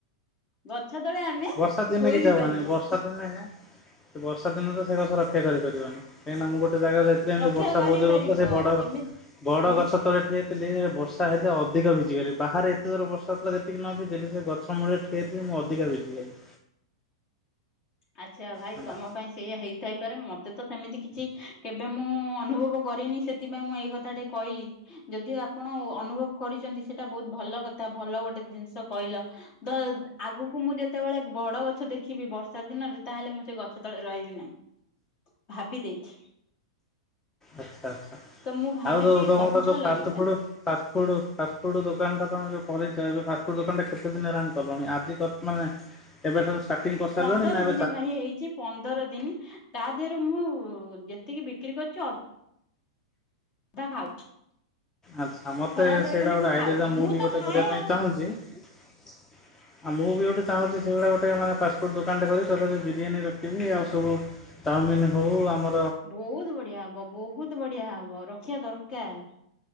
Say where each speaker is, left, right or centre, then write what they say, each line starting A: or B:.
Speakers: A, on the left (about 45°); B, on the left (about 15°).
A: ଗଛ ତଳେ ଆମେ
B: ବର୍ଷା ଦିନେ
A: ଶୋଇ
B: କିଛି
A: ବି
B: ହବନି
A: ପାରିବା
B: ବର୍ଷା ଦିନେ ସେ ବର୍ଷା ଦିନେ ତ ସେ ଗଛ ରକ୍ଷା କରିପାରିବନି। କାହିଁକିନା ମୁଁ ଗୋଟେ ଜାଗାକୁ ଯାଇଥିଲି ଏମିତି
A: ରକ୍ଷା
B: ବର୍ଷା
A: କରିପାରିବ
B: ବହୁତ ଜୋର୍ ରେ ହଉଥିଲା ସେ ବଡ଼
A: ଏମିତି
B: ବଡ ଗଛ ତଳେ ଠିଆ ହେଇଥିଲି ହେଲେ ବର୍ଷା ହେଲେ ଅଧିକ ଭିଜିଗଲି ବାହାରେ ଏତେ ଜୋର୍ ରେ ବର୍ଷା ହଉଥିଲା ଯେ ସେଦିନ ଭିଜିଗଲି ସେ ଗଛ ମୂଳେ ଠିଆ ହେଇଥିଲି ମୁଁ ଅଧିକା ଭିଜିଗଲି।
A: ଆଚ୍ଛା ଭାଇ
B: ହେଲା
A: ତମ ପାଇଁ ସେଇଆ ହେଇଥାଇପାରେ ମତେ ତ ସେମିତି କିଛି କେବେ ମୁଁ ଅନୁଭବ କରିନି ସେ ସେଥିପାଇଁ ମୁଁ ଏଇ କଥାଟେ କହିଲି ଯଦି ଆପଣ ଓ ଅନୁଭବ କରିଛନ୍ତି, ସେଇଟା ବହୁତ ଭଲ କଥା ଭଲ ଗୋଟେ ଜିନିଷ କହିଲ। ଦ ଆଗକୁ ମୁଁ ଯେତେବେଳେ ବଡ ଗଛ ଦେଖିବି ବର୍ଷ ର୍ଷା ଦିନରେ ତାହେଲେ ମୁଁ ସେ ଗଛ ତଳେ ରହିବି ନାହିଁ ଭାବିଦେଇଛି।
B: ଆଛା ଆଚ୍ଛା
A: ତ ମୁଁ ଭାବିଛି
B: ଆଉ ଯୋଉ ତମର
A: ଗଛ
B: ଯୋଉ ଫାଷ୍ଟ
A: ଲଗେଇବା
B: ଫୁଡୁ ଫାଷ୍ଟଫୁଡ ଫାଷ୍ଟଫୁଡ ଦୋକାନଟା ତମେ ଯୋଉ କରିଛ, ଏବେ ଫାଷ୍ଟଫୁଡ୍ ଦୋକାନଟା କେତେ ଦିନ ହେଲାଣି କଲଣି ଆଜି କ ମାନେ <inaudible> ଏବେ ତମେ ଷ୍ଟାଟିଙ୍ଗ କ କରିସାରିଲଣି
A: ପନ୍ଦର
B: ନା
A: ଦିନି ଭାଇ ହେଇଛି ପନ୍ଦର ଦିନି। ତା ଦେହରୁ ମୁଁ ଯେତିକି ବିକ୍ରି କରୁଛି। <unintelligible>
B: ଆଚ୍ଛା ମତେ
A: ଖରାପ ଭାବିବନି
B: ସେଇଟା ଗୋଟେ
A: ମୁଁ
B: ଆଇଡିଆ
A: ଖାଉଛି
B: ଦିଅ ମୁଁ ବି
A: ତ
B: ଗୋଟେ
A: ଖାଏ
B: କରିବା ପାଇଁ
A: ଆଉ
B: ଚାହୁଁଛି। ଆଉ ମୁଁ ବି ଗୋଟେ ଚାହୁଁଛି ସେଇଭଳିଆ ଗୋଟେ ମାନେ ଫାଷ୍ଟ ଫୁଡ଼ ଦୋକାନଟେ କରି ତା ଦେହରେ ବିରିୟାନ ରଖିବି ଆଉ ସବୁ ଚାଓମିନ୍ ହଉ ଆମ
A: ବହୁତ ବଢ଼ିଆ ହବ ବହୁତ ବଢ଼ିଆ ହବ ରଖିବା ଦରକାର।